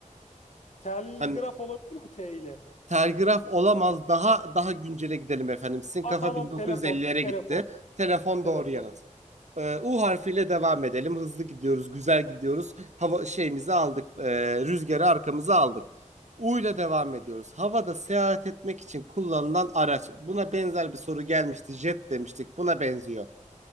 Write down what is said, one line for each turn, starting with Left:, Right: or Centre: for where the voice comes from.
Left: Telgraf
Right: Hani
Left: olabilir mi T ile?
Right: telgraf olamaz, daha daha güncele gidelim efendim. Sizin kafa
Left: Aa, tamam,
Right: 1950'lere
Left: telefon, telefon,
Right: gitti. Telefon
Left: telefon.
Right: doğru yanıt. Ee, U harfiyle devam edelim. Hızlı gidiyoruz, güzel gidiyoruz. Hava şeyimizi aldık, e, rüzgarı arkamıza aldık. U ile devam ediyoruz. Havada seyahat etmek için kullanılan araç. Buna benzer bir soru gelmişti. Jet demiştik. Buna benziyor.